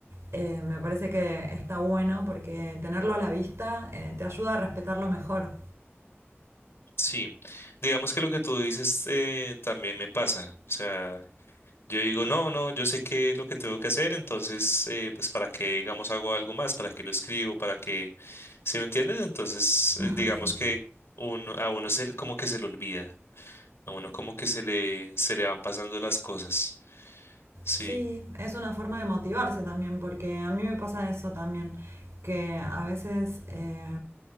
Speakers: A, on the right (about 75°); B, on the left (about 65°).
A: eh, me parece que está bueno porque tenerlo a la vista eh, te ayuda a respetarlo mejor.
B: sí, digamos que lo que tú dices eh, también me pasa, o sea, yo digo, no, no, yo sé qué es lo que tengo que hacer, entonces, eh, pues para qué, digamos, hago algo más, para qué lo escribo, para qué, ¿sí me entiendes? Entonces, eh,
A: <laughs>
B: digamos
A: sí.
B: que uno, a uno se, como que se le olvida. A uno como que se le, se le van pasando las cosas. Sí,
A: Sí, es una forma de motivarse también, porque a mí me pasa eso también, que a veces eh,